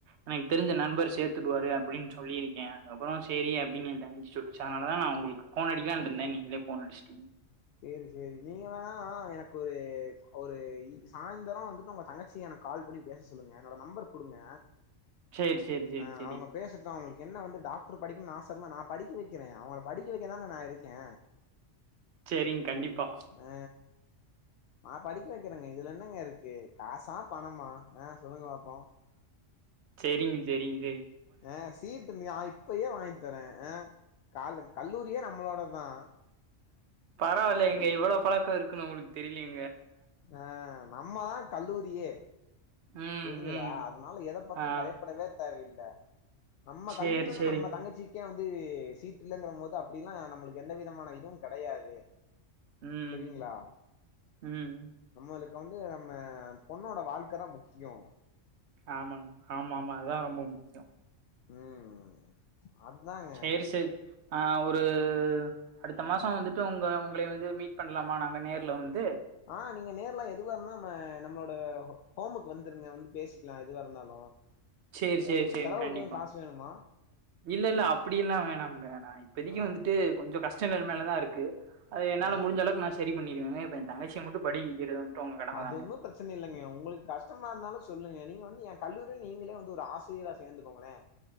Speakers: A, on the right; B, on the left.
A: எனக் தெரிஞ்ச நண்பர் சேர்த்துடுவாரு அப்படின் சொல்லிருக்கே அப்புறோ சேரி அப் டின் என் தங்கக் சொல்லுச்சா அதனால தா நா உங்குளுக்கு ஃபோன் அடிக்லான்ருந்தே நீங்களே ஃபோன் அடிஷ்ட்டீங்
B: சேரி சேரி நீங்க வேணா எனக்கு ஒரு ஒரு ஈ சாய்ந் லரோ வந்துட்டு உங்க தங்கச்சிய எனக்கு கால் பன்னி பேச சொல்லுங்க என்னோட நம்பர் குடுங்க
A: சேரி சேரி சேரி
B: ஆ
A: சரி
B: அவங்க பேசட்டு அவங்களுக்கு என்ன வந்து டாக்ரு படிக்குன் ஆசன்னா நா படிக்க வெக்கிறே அவங்கள படிக்க வெக்க தான நா இருக்கே
A: சேரிங் கண்டிப் பா
B: ஆ நா படிக்க வெக்கிறேங்க இதுல என் னங்க இருக்கு காசா பணமா அ சொல்லுங்க பாப்போ
A: செரிங்க செரிங்க
B: அ சீட்டுர்ந்ங்க ஆய் டு இப்பயே வாய்ங்தரே அ காலே கல்லூரியே நம்மளோடத் தா
A: பரவால்ல இவ்ளோ பழக்கோ இருக்குன் நம்முளுக் தெரிலியே
B: அ நம்மதா கல்லூரியே
A: ம்.
B: புரிஞ்சதா
A: ம்.
B: அதுனால எத பத்தி
A: ஆ.
B: பயப்படவே தேவயில் ல நம்ம
A: சரி,
B: தல்லியூறனு
A: சரி.
B: நம்ம தங்கச்சி ஏன் வந்து சீட்டு இல்லங்கிறங்கதா அப்டிலா நம்மளுக்கு எந்த விதமான இதுவு கடையாது
A: ம்,
B: செரிங்களா
A: ம்.
B: நம்மளு க்கு வந்து நம்ம பொண்ணோட வாழ்க்க தா முக் கியோ
A: ஆமாங் ஆமா ஆமா அதா ரொம்ப முக்கியோ
B: ம் அதாங்க
A: சேரி சேரி நா ஒ ரு அடுத்த மாசோ வந்துட்டு உங்கள உங்களை வந்து மீட் பண்லாமா நாங்க நேர்ல வந்து
B: ஆ நீங்க நேர்ல எதுவாருங்தாலு நம்ம நம்மளோட ஹோமுக்கு வந்துருங்க வந்து பேசிக்கலா எதுவா இருந்தாலு
A: சரி,
B: உங்களுக்கு
A: சரி, சரிங்க.
B: செலவுக்கு
A: கண்டிப்பா.
B: எது காசு வேணுமா
A: இல்ல இல்ல அப்படி எல்லா வேணாம்ங்க நா அ இப்பதைக்கி
B: ஆ
A: வந்துட்டு கொஞ்சோ கஷ்ட நிலமைலதா இருக்கு அது என்னால
B: ஆ
A: முடிஞ்ச அளவுக்கு நா சரி பண்ணிடுவே ஏ தங்கச்சி மட்டும் படிக்க வைக்கிறது வந்துட்டு உங்க கடம
B: அது
A: தாங்க.
B: ஒன்னு பிரச்சனை இல்லைங்க உங்களுக்கு கஷ்டமாருந்தாலு சொல்லுங்க நீங்க வந்து ஏ கல்லூரியில நீங்களே வந்து ஒரு ஆசிரியரா சேந்து கோங்களே